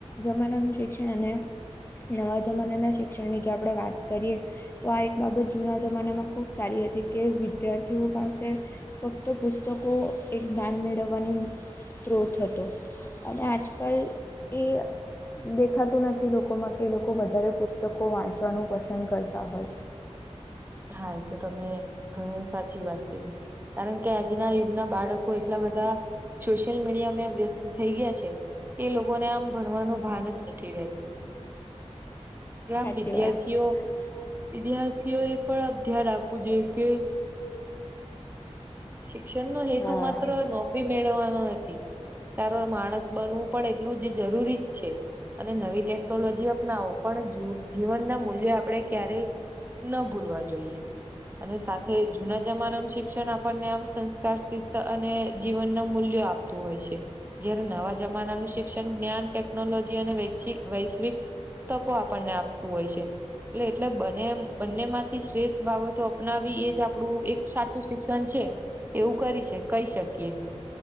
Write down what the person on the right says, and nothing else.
હા એ તો તમે ઘણી સાચી વાત કીધી. કારણ કે આજના યુગના બાળકો એટલાં બધાં સોશિયલ મીડિયા મે વ્યસ્ત થઇ ગયા છે. એ લોકોને આમ ભણવાનું ભાન જ નથી રહેતું. જેમ
વિદ્યાર્થીઓ
વિદ્યાર્થીઓ એ પણ ધ્યાન આપવું જોઈએ કે શિક્ષણ નો હેતુ
માત્ર નોકરી મેળવવાનો નથી. સારો માણસ બનવું પણ એટલું જ જરૂરી જ છે અને નવી ટે ટલોજી અપનાવો પણ જીવનનાં મૂલ્ય આપણે ક્યારેય ન ભુલવા જોઈએ અને સાથે જૂના જમાનાનું શિક્ષણ આપ આપણને આમ સંસ્કાર શિસ્ત અને જીવન ને મૂલ્યો આપતું હોય છે. જયારે નવા જમાનાનું શિક્ષણ જ્ઞાન ટેકનોલોજી અને વે શિક વૈશ્વિક તકો આપણને આપતું હોય છે. એટલે એટલે બને એમ બંને માંથી શ્રેષ્ઠ બાબતો અપનાવી એ જ આપણું એક સાચું શ શિક્ષણ છે એવું કરી કહી શકીએ.